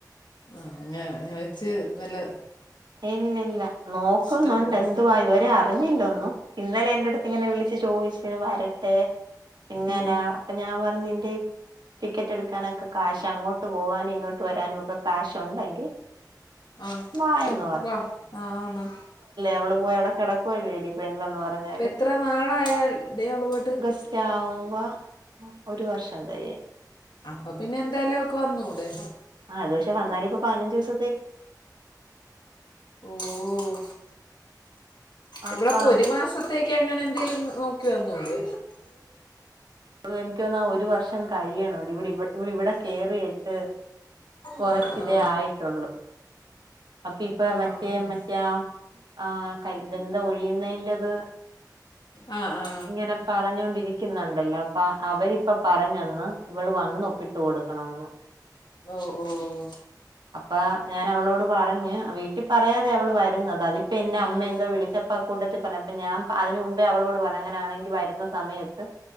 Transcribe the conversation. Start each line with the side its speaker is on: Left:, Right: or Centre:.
Left: ആഹ് അങ്ങനെ ഞാച്ച് നല്ല
Right: ഇല്ലില്ല നോക്കുന്നുണ്ട്
Left: ഇഷ്ടപ്പെടുന്നു
Right: എന്തുവ ഇതുവരെ അർ അറിഞ്ഞില്ലൊന്നും ഇന്നലെ എന്റെടുത്ത്ങ്ങനെ വിളിച്ച് ചോദിച്ച് വരട്ടെ ഇങ്ങനാ
Left: ഉം, ഉം.
Right: അപ്പൊ ഞാൻ പറഞ്ഞ് നിന്റെയു ടിക്കറ്റ് എടുക്കാനൊക്കെ കാശ് അങ്ങോട്ട് പോകാനും ഇങ്ങോട്ട് വരാനുവൊക്കെ കാശുണ്ടെങ്കി
Left: ആ
Right: മായെന്ന്
Left: വാ ആന്ന്
Right: അവള് പോയി അവിടെ കിടക്കുവല്ലേടി ഇപ്പൊ എന്തെന്ന് പറഞ്ഞാലും
Left: ഇപ്പെത്ര നാളായൽ ദേ അവള് പോയ്ട്ട്
Right: സ്റ്റാവുമ്പോ ഒരു വർഷം തെയിം
Left: അപ്പൊ പിന്നെന്തായാലും അവക്ക് വന്നൂടെ
Right: ആഹ് അത് പക്ഷ വന്നാലിപ്പ പതിനഞ്ചുസ
Left: ഓഹ്
Right: അപ്പൊ
Left: ഇവളപ്പോ ഒരു മാസത്തേക്കങ്ങനെന്തേലും നോക്കി വന്നുടെ
Right: എനക്കോന്നാ ഒരു വർഷം കഴിയണം ഇവള് ഇവടെ ഇവള് വട കേറിയിട്ട് കൊറച്ചിതേ
Left: ആ ആ
Right: ആയിട്ടുള്ളൂ അപ്പിപ്പൊ മറ്റേ
Left: ആ ഉം.
Right: മറ്റേ ആഹ് ആഹ് ക ബന്ധം ഒഴിയുന്നേന്റത്
Left: ആ ആ
Right: ഇങ്ങനെ പറഞ്ഞൊണ്ടിരിക്കുന്ന്ണ്ടല്ലോ അപ്പ അവരിപ്പൊ പറഞ്ഞന്ന് ഇവള് വന്നൊപ്പിട്ടു കൊടുക്കണവെന്ന്
Left: ഓഹ് ഓഹ്
Right: അപ്പ ഞാൻ അവളോട് പറഞ്ഞ്. വീട്ടി പറയാതെ അവെള് വെരുന്നത്. അതി പിന്നെ
Left: ഉം
Right: അമ്മ എന്താ വിളിച്ചപ് ആഹ് കൂട്ടത്തിൽ പറഞ്ഞ്. അപ്പ ഞാൻ പ അതിന് മുമ്പേ അവളോട് പറഞ്ഞ് അങ്ങനാണെങ്കിൽ വരുന്ന സമയത്ത്